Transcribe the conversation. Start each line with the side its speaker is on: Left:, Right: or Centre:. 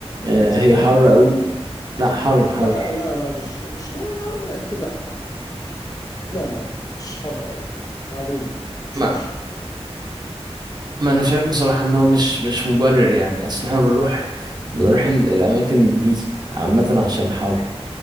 Right: آه
Left: زحمه
Right: هي حر
Left: يعني؟
Right: قوي لا حر حر
Left: لا لا لا مش مش يا عم كل حته حر. لا لا لا مش حر قوي عاديه مش
Right: ما
Left: وحشه
Right: ما انا شايف بصراحه ان هو مش مش مبرر يعني اصل احنا بنروح بنروح ال- الاماكن دي عامه عشان الحر